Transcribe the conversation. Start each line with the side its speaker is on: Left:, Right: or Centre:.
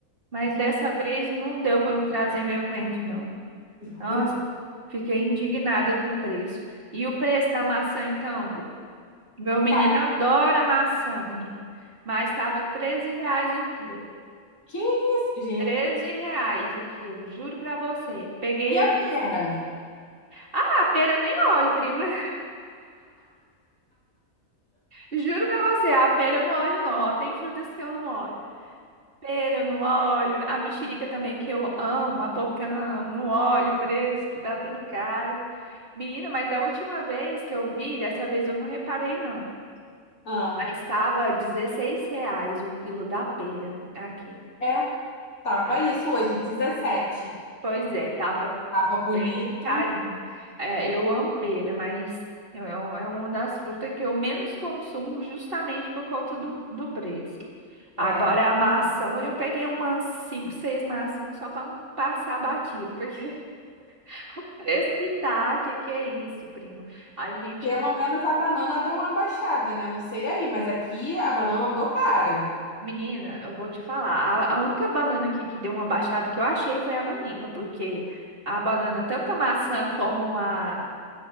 Right: Mas
Left: Hum.
Right: dessa vez não deu para me trazer meu coentro, não.
Left: <laughs>
Right: Nossa, fiquei indignada com o preço. E o preço da maçã, então? Meu menino
Left: Cara,
Right: adora maçã, menina. Mas estava 13 reais o quilo.
Left: que isso, gente?
Right: 13 reais o quilo, juro pra você. Peguei
Left: E
Right: ali.
Left: a pera?
Right: Ah, a pera eu nem olho, prima. <laughs> Juro pra você, a pera eu não olho, não. Ó, tem frutas que eu não olho. Pera eu não olho. A mexerica também que eu amo. A pocã, não olho o preço, que tá tudo caro. Menina, mas da última vez que eu vi, dessa vez eu não reparei, não.
Left: Ah,
Right: Aí estava 16 reais o quilo da pera aqui,
Left: é, tava
Right: tá?
Left: isso hoje, 17.
Right: Pois é, tava
Left: Tava bonita.
Right: bem carinho. É, eu amo pera, mas é um- é uma das frutas que eu menos consumo justamente por conta do, do preço.
Left: É.
Right: Agora a maçã, eu peguei umas 5, 6 maçãs só para não passar batido, porque <laughs> o preço que tá, que que é isso, primo? A gente
Left: Pelo menos a banana deu uma baixada, né? Não sei aí, mas aqui a banana andou cara.
Right: Menina, eu vou te falar. A, a única banana aqui que deu uma baixada que eu achei foi a nanica, porque a banana, tanto a maçã como a,